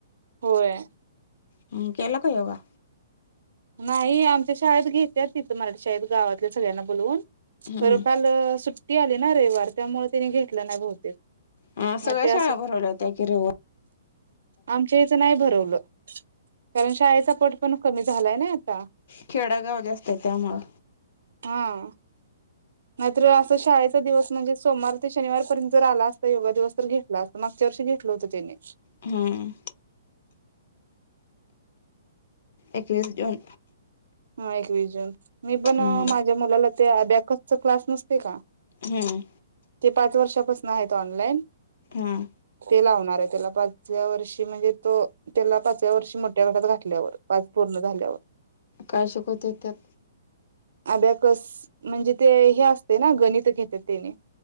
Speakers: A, on the right; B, on the left.
A: होय
B: हम्म केला का योगा?
A: नाही आमच्या शाळेत घेत्याच तिथं मराठी शाळेत गावातल्या सगळ्यांना बोलवून
B: हम्म
A: खरं काल सुट ट्टी आली ना रविवार त्यामुळे त्यांनी घेतलं नाय बहुतेक.
B: हा
A: मग
B: सगळ्या
A: ते
B: शाळा
A: असं
B: भरवल्या होत्या की रविवार
A: आमच्या याच नाय भरवलं कारण शाळेचा पट पण कमी झालाय ना आता
B: खेडगाव जास्तयं त्यामुळं
A: हा
B: <inaudible>
A: नाहीतर असं शाळेचा दिवस म्हणजे सोमवार ते शनिवारपर्यंत जर आला असता योगा दिवस तर घेतल असतं मागच्या वर्षी घेतलं होतं त्यांनी.
B: हम्म. एकवीस जून
A: हां एकवीस जून मी पण
B: हम्म
A: माझ्या मुलाला ते अबॅकसचा क्लास नसतय का
B: हम्म.
A: ते पाच वर्षापासून आहेत ऑनलाइन
B: हा
A: ते लावणार आहे त्याला पाचव्या वर्षी म्हणजे तो त्याला पाचव्या वर्षी मोठ्या गटात घातल्यावर पाच पूर्ण झाल्यावर.
B: काय शिकवत्यात त्यात?
A: अबॅकस म्हणजे ते हे असतंय ना गणित घेत्यात तेनी.